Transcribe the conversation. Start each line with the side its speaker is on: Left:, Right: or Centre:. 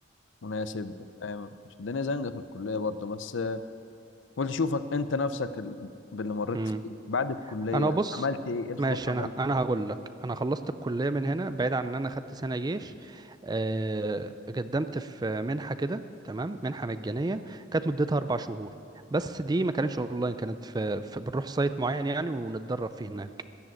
Left: مناسب فاهم عشان الدنيا زنقه في الكليه برضه بس قلت اشوفك انت نفسك ال- باللي مريت
Right: امم
Left: فيه بعد الكليه
Right: انا بص
Left: عملت ايه ايه الخطوات
Right: ماشي
Left: اللي عملتها
Right: انا انا
Left: يعني
Right: هقول لك انا خلصت الكليه من هنا بعيد عن ان انا خدت سنه جيش آه، قدمت في منحه كده تمام منحه مجانيه كانت مدتها اربع شهور بس دي ما كانتش اونلاين كانت في, في بنروح سايت معين يعني ونتدرب فيه هناك